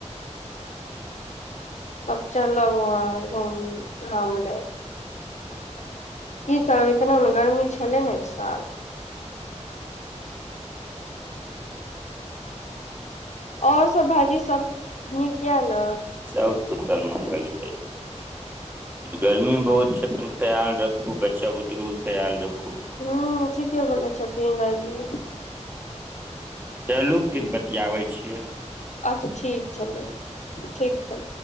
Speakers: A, on the left; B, on the right.
A: तब चलब वहाँ घूम घाम लेब। की करब इतना ने गरमी छलै ने इ साल ओर सब भाइजी सब नीक या ने?
B: सब कुशल मंगल यैय। गर्मी बहुत छैय अपन ख्याल रखो बच्चा बुतरु ख्याल रखु।
A: हू ठीके बोलय छथिन भाई जी।
B: चलू फिर बतियाबै छियै।
A: अच्छा ठीक चलै ठीक छैय।